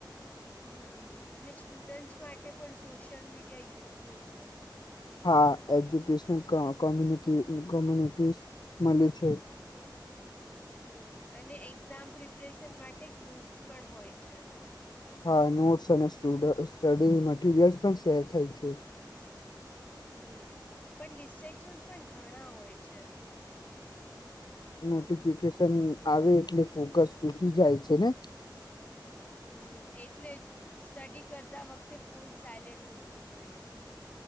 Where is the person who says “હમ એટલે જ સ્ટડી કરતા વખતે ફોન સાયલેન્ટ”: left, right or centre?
Left